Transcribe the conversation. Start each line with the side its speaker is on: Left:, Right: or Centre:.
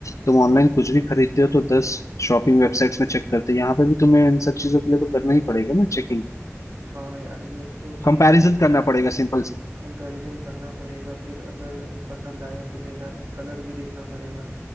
Left: तुम ऑनलाइन कुछ भी खरीदते हो तो दस शॉपिंग वेबसाइट्स में चेक करते हो यहाँ पे भी तुम्हें इन सब चीजों के लिए तो करना ही पड़ेगा ना चेकिंग
Right: हाँ यार ये तो चीज
Left: कंपैरिजन
Right: है कि
Left: करना पड़ेगा सिंपल
Right: कंपैरिजन करना पड़ेगा फिर अगर पसंद आया तो लेना है कलर भी देखना पड़ेगा